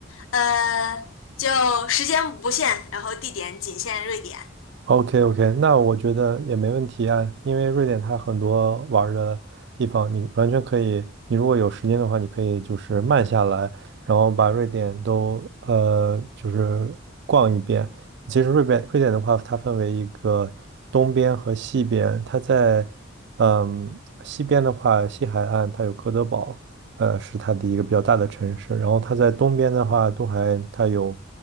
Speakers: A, on the left; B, on the right.
A: 呃，就时间不限，然后地点仅限瑞典。
B: OK OK，那我觉得也没问题啊，因为瑞典它很多玩儿的地方，你完全可以，你如果有时间的话，你可以就是慢下来，然后把瑞典都呃就是逛一遍。其实瑞典瑞典的话，它分为一个东边和西边，它在嗯西边的话，西海岸它有哥德堡，呃，是它的一个比较大的城市。然后它在东边的话，东海它有